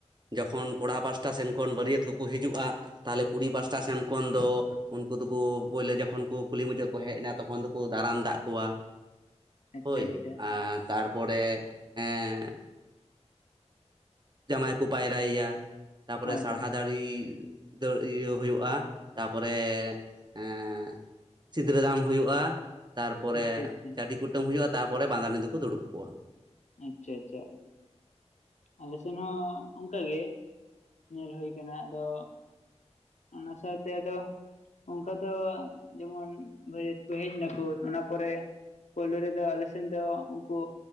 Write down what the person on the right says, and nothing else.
ᱡᱚᱠᱷᱚᱱ ᱠᱚᱲᱟ ᱯᱟᱥᱴᱟ ᱥᱮᱱ ᱠᱷᱚᱱ ᱵᱟᱹᱨᱤᱭᱟᱹᱛ ᱠᱚ ᱠᱚ ᱦᱤᱡᱩᱜᱼᱟ ᱛᱟᱦᱚᱞᱮ ᱠᱩᱲᱤ ᱯᱟᱥᱴᱟ ᱥᱮᱱ ᱠᱷᱚᱱ ᱫᱚ ᱩᱱᱠᱩ ᱫᱩ ᱠᱩ ᱯᱩᱭᱞᱟᱹ ᱡᱚᱠᱷᱚᱱ ᱠᱚ ᱠᱩᱞᱤ ᱢᱩᱪᱟᱹᱜ ᱠᱚ ᱦᱮᱡ ᱮᱱᱟ ᱛᱚᱠᱷᱚᱱ ᱫᱚᱠᱚ ᱫᱟᱨᱟᱢ ᱫᱟᱜ ᱠᱚᱣᱟ᱾
ᱦᱳᱭ
ᱟᱨ ᱛᱟᱨᱯᱚᱨᱮ ᱮᱸᱜ ᱡᱟᱶᱟᱭ ᱠᱚ ᱯᱟᱭᱨᱟᱭ ᱭᱟ ᱛᱟᱯᱚᱨᱮ
ᱥᱟᱲᱦᱟ
ᱫᱟᱨᱤᱼᱼ ᱫᱟᱣ ᱤᱭᱟᱹ ᱦᱩᱭᱩᱜ-ᱟ ᱛᱟᱯᱚᱨᱮ ᱮᱸᱜ ᱥᱤᱫᱽᱨᱟᱹ ᱫᱟᱱ ᱦᱩᱭᱩᱜ-ᱟ ᱛᱟᱨᱯᱚᱨᱮ
ᱪᱟᱰᱤ ᱠᱩᱴᱟᱹᱢ ᱦᱩᱭᱩᱜ-ᱟ ᱛᱟᱨᱯᱚᱨᱮ ᱵᱟᱸᱫᱟᱱᱤ ᱫᱚ ᱠᱚ ᱫᱩᱲᱩᱵ ᱠᱚᱣᱟ᱾